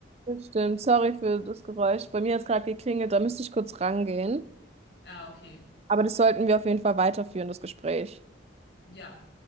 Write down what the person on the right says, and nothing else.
das stimmt. Sorry für das Geräusch. Bei mir hat es gerade geklingelt, da müsste ich kurz rangehen.
Aber das sollten wir auf jeden Fall weiterführen, das Gespräch.